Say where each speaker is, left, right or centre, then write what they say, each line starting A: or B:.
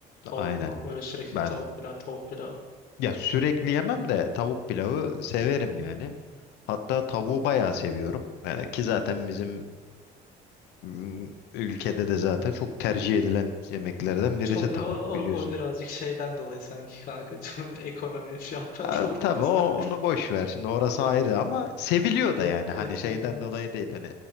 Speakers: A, on the left (about 55°); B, on the left (about 85°).
A: Tavuk
B: Aynen.
A: mavuk böyle sürekli
B: Ben
A: tavuk pilav tavuk pilav.
B: ya sürekli yemem de tavuk pilavı severim yani. Hatta tavuğu bayağı seviyorum. Yani ki zaten bizim mm, ülkede de zaten çok tercih edilen yemeklerden birisi
A: Çoğunca
B: tavuk
A: o, o,
B: biliyorsun.
A: o birazcık şeyden dolayı sanki kanka. <laughs> Ekonomi fiyat performanstan
B: Ha, Tabii o onu boş ver. Şimdi orası ayrı ama seviliyor
A: <laughs> et,
B: da yani hani
A: et
B: şeyden
A: yemiyoruz.
B: dolayı değil hani